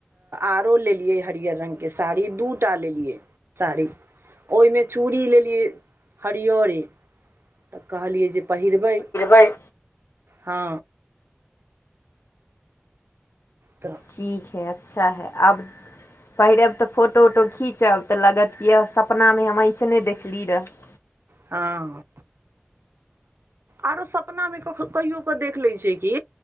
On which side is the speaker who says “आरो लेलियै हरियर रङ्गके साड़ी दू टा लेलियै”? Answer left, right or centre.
Right